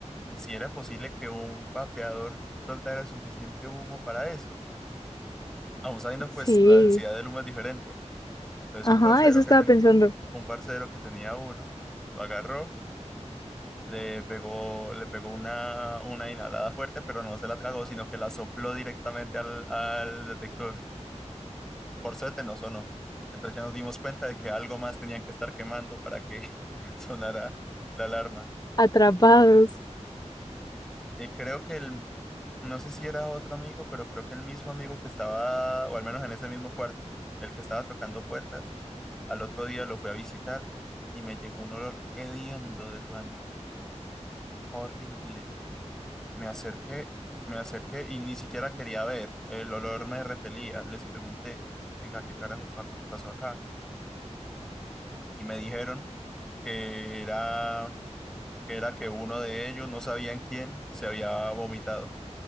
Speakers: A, in the centre; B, on the left.
A: si era posible que un vapeador soltara suficiente humo para eso. Aún sabiendo, pues,
B: Sí,
A: la densidad del humo es diferente. Entonces,
B: ajá,
A: un parcero
B: eso estaba
A: que, ten-
B: pensando.
A: un parcero que tenía uno, lo agarró, le pegó, le pegó una, una inhalada fuerte, pero no se la tragó, sino que la sopló directamente al, al detector. Por suerte no sonó. Entonces ya nos dimos cuenta de que algo más tenían que estar quemando para que <laughs> sonara la alarma.
B: Atrapados.
A: Y creo que el, No sé si era otro amigo, pero creo que el mismo amigo que estaba, o al menos en ese mismo cuarto, el que estaba tocando puertas, al otro día lo fui a visitar y me llegó un olor hediondo del baño, horrible. Me acerqué, me acerqué y ni siquiera quería ver, el olor me repelía. Les pregunté, venga, ¿qué carajos pa- pasó acá? Y me dijeron que era, que era que uno de ellos, no sabían quién, se había vomitado.